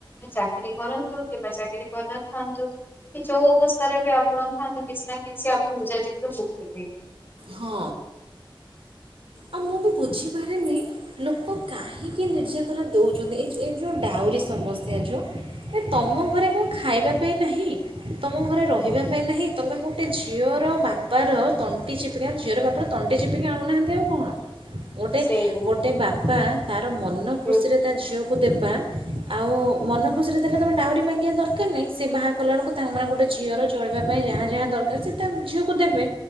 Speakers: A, on the left; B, on the right.
A: ଚାକିରୀ କରନ୍ତୁ କିମ୍ବା ଚାକିରୀ କରିନଥାନ୍ତୁ କି ଯୋଉ ଅବସ୍ଥାରେ ବି ଆପଣ ଥାନ୍ତୁ କିଛି ନା କିଛି ଆପଣଜ ଯ କଉଥିପାଇଁ
B: ହଁ ଆଉ ମୁଁ ବି ବୁଝିପାରିନି ଲୋକ କାହିଁକି ନିର୍ଜ ଥର ଦେଉଛନ୍ତି ଏଇ ଏଇ ଯେଉଁ ଡାଉରିୀ ସମସ୍ୟା ଯେଉଁ ଏ ତମ ଘରେ କଣ ଖ ଖାଇବା ପାଇଁ ନାହିଁ ତମ ଘରେ ରହିବା ପାଇଁ ନାହିଁ ତମେ ଗୋଟେ ଝିଅର ବାପା ପର ତଟ ଚପ ଜିରରେ ଏିପିକି ଆୁନାହାନ୍ତି ଆଉ କଣ ଗୋଟେ
A: ସେଇଟା
B: ଗୋଟେ ବାପା ହ ମନ
A: ହୁଁ
B: ଖୁସି ରେ ତା ଝିଅ କୁ ଦେବା ଆଉ ମନ ଖୁସିରେ ଥିଲେ ତମେ ଡାଉରି ମାଗିବା ଦରକାର ନାହିଁ ସେ ବାହା କଲାବେଳକୁ ତାଙ୍କମାନେ ଗୋଟେ ଝିଅର ଚଳିବା ପାଇଁ ଯାହା ଯାହା ଦରକାର ସେ ତା ଝିଅକୁ ଦେବେ।